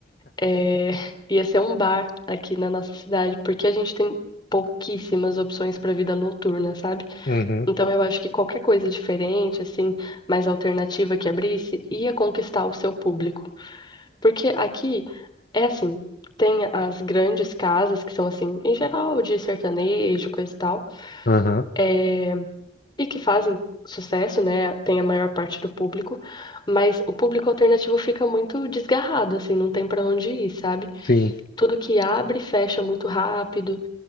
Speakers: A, on the left (about 25°); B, on the left (about 50°).
A: É, <laughs> ia ser um bar aqui na nossa cidade, porque a gente tem pouquíssimas opções para vida noturna, sabe?
B: Uhum,
A: Então eu acho que qualquer coisa diferente, assim, mais alternativa que abrisse, ia conquistar o seu público. Porque aqui é assim, tem as grandes casas que são assim, em geral, de sertanejo, coisa e tal,
B: aham,
A: eh, e que fazem sucesso, né? Tem a maior parte do público, mas o público alternativo fica muito desgarrado, assim, não tem pra onde ir, sabe?
B: sim.
A: Tudo que abre fecha muito rápido.